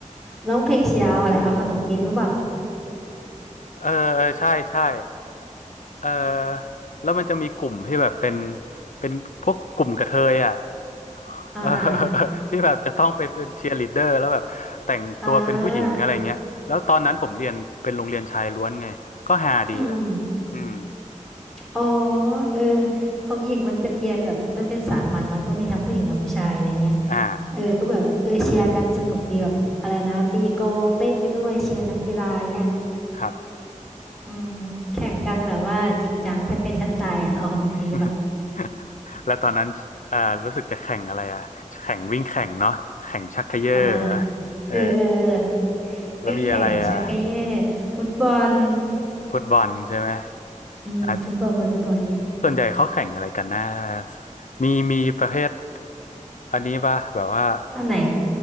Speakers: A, in the centre; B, on the left.
A: ร้องเพลงเชียร์เอาอะไรเอาขนมปี๊บหรือเปล่า
B: เออเออใช่ใช่เออแล้วมันจะมีกลุ่มที่แบบเป็นเป็นพวกกลุ่มกระเทยอ่ะ
A: อ่าอ่าอ่า
B: เออ <laughs> ที่แบบจะต้องไปเป็นเชียร์ลีดเดอร์แล้วแบบแต่งตัวเป็นผู้หญิงอะไรเงี้ยแล้วตอนนั้นผมเรียนเป็นโรงเรียนชายล้วนไงก็ฮาดีอ่ะ
A: อ่าอืมอืม
B: อืม
A: อ๋อเออของหญิงมันเป็นเรียนแบบมันเป็นสามัญเนาะก็มีทั้งผู้หญิงทั้งผู้ชายอะไรเงี้ย
B: อ่า
A: เออก็แบบเออเชียร์กันสนุกดีแบบอะไรนะตีโกงเต้นไปด้วยเชียร์นักกีฬาเงี้ย
B: ครับ
A: อืมแข่งกันแบบว่าจริงจังแทบเป็นแทบตายอ่ะเอาขนมปี๊บอ่ะ
B: <laughs> แล้วตอนนั้นอ่ารู้สึกจะแข่งอะไรอ่ะแข่งวิ่งแข่งเนาะแข่งชักเขย่อเหรอ
A: อ่าอ่า
B: เออ
A: เออเออเออ
B: แล้วมีอะไรอ่ะ
A: วิ่งแข่งชักเกเย่ฟุตบอล
B: ฟุตบอลใช่ไหม
A: อืมฟุตบอลวอลเลย์บอลเนี่ย
B: อ่ะส่วนใหญ่เขาแข่งอะไรกันนะมีมีประเภทอันนี้ป่ะแบบว่า
A: อันไหน